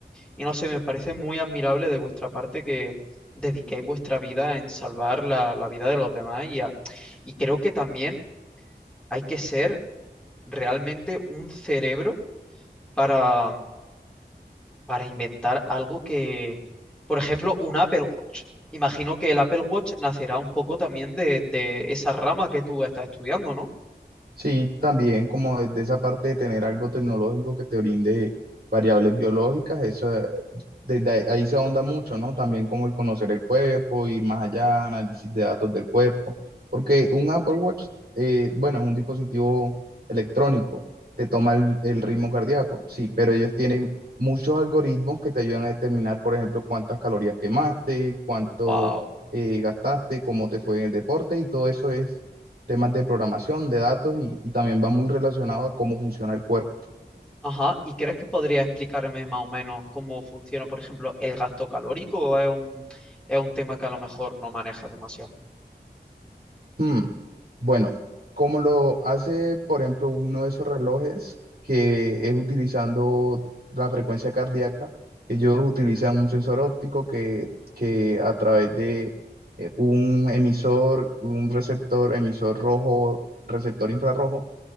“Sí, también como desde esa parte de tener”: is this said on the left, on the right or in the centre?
Right